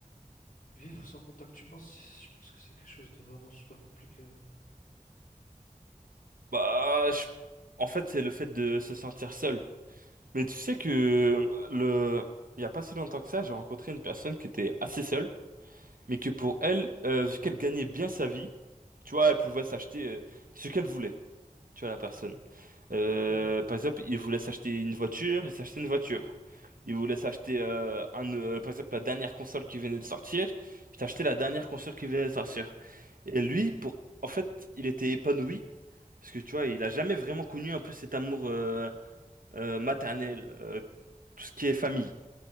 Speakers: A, on the left; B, on the right.
A: vivre sans contact humain, c'est- je pense que c'est quelque chose de vraiment super compliqué. hein.
B: Bah, je- en fait, c'est le fait de se sentir seul. Mais tu sais que le il y a pas si longtemps que ça, j'ai rencontré une personne qui était assez seule, mais que pour elle, euh, vu qu'elle gagnait bien sa vie, tu vois, elle pouvait s'acheter euh, ce qu'elle voulait, tu vois, la personne. Euh,
A: Ouais,
B: par exemple, il voulait s'acheter une voiture, ils s'achètent une voiture. Il voulait s'acheter, euh, un, euh, par exemple, la dernière console qui venait de sortir. Il t'a acheté la dernière console qui venait de sortir. Et lui, pour, en fait, il était épanoui. Parce que tu vois, il a jamais vraiment connu un peu cet amour euh, euh, maternel, euh, tout ce qui est famille.